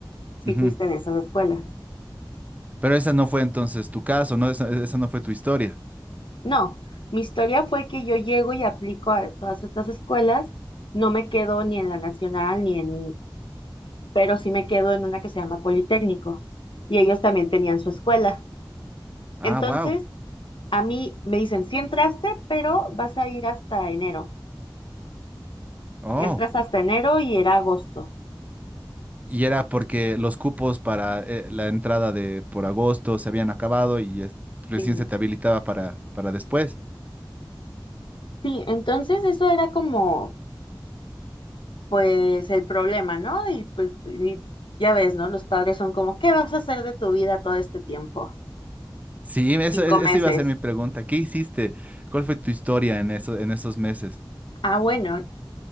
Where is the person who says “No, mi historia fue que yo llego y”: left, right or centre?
Left